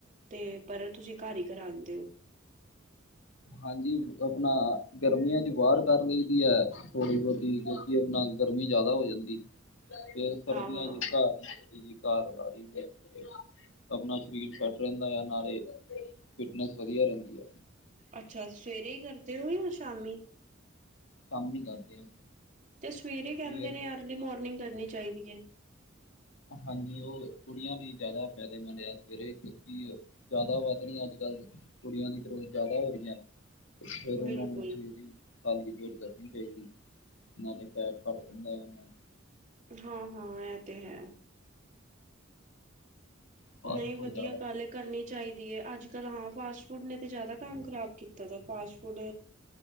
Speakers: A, on the right; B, on the left.
A: ਤੇ ਪਰ ਤੁਸੀਂ ਘਰ ਹੀ ਕਰਾਂਦੇ ਓ?
B: ਹਾਂਜੀ ਆਪਣਾ ਗਰਮੀਆਂ ਚ ਬਾਹਰ ਕਰ ਲਈ ਦੀ ਐ ਥੋੜ੍ਹੀ ਬਹੁਤ। ਕਿਉਂਕਿ ਆਪਣਾ ਗਰਮੀ ਜਿਆਦਾ ਹੋ ਜਾਂਦੀ।
A: <unintelligible>
B: ਫੇਰ ਸਰਦੀਆਂ
A: ਹਾਂ-ਹਾਂ,
B: ਚ ਘਰ ਹੀ ਘਰ ਲਾ ਲਈਦੀ ਐ। ਆਪਣਾ ਸਰੀਰ ਫਿੱਟ ਰਹਿੰਦਾ ਆ ਨਾਲੇ, ਫਿਟਨੈਸ ਵਧੀਆ ਰਹਿੰਦੀ ਆ।
A: ਅੱਛਾ ਸਵੇਰੇ ਹੀ ਕਰਦੇ ਹੋ ਜਾਂ ਸ਼ਾਮੀ?
B: ਸ਼ਾਮੀਂ ਹੀ ਕਰਦੇ ਆ।
A: ਤੇ ਸਵੇਰੇ ਕਹਿੰਦੇ
B: ਸਵੇਰ
A: ਨੇ ਅਰਲੀ ਮੋਰਨਿੰਗ ਕਰਨੀ ਚਾਹੀਦੀ ਏ।
B: ਹਾਂਜੀ ਉਹ ਕੁੜੀਆਂ ਦੀ ਜ਼ਿਆਦਾ ਫਾਇਦੇਮੰਦ ਆ ਸਵੇਰੇ ਕਿਉਂਕਿ ਜ਼ਿਆਦਾ ਵੱਧ ਰਹੀਆਂ ਅੱਜ ਕੱਲ੍ਹ, ਕੁੜੀਆਂ ਦੀ ਗਰੋਥ ਜ਼ਿਆਦਾ ਹੋ ਰਹੀਆਂ। ਤੇ ਫੇਰ ਉਹਨਾਂ
A: ਬਿਲਕੁਲ।
B: ਨੂੰ ਸਵੇਰੇ ਖਾਲੀ ਪੇਟ ਕਰਨੀ ਚਾਹੀਦੀ। ਨਾਲੇ ਫੈਟ ਘੱਟ ਜਾਂਦਾ ਐ ਨਾਲੇ
A: ਹਾਂ ਹਾਂ ਐ ਤੇ ਹੈ।
B: ਫਾਸਟ
A: ਨਹੀਂ
B: ਫੂਡ
A: ਵਧੀਆ
B: ਜ਼ਿਆਦਾ
A: ਗੱਲ ਏ। ਕਰਨੀ ਚਾਹੀਦੀ ਹੈ, ਅੱਜ ਕੱਲ ਹਾਂ ਫਾਸਟ ਫੂਡ ਨੇ ਤਾਂ ਜ਼ਿਆਦਾ ਕੰਮ ਖ਼ਰਾਬ ਕੀਤਾ ਦਾ ਫਾਸਟ ਫੂਡ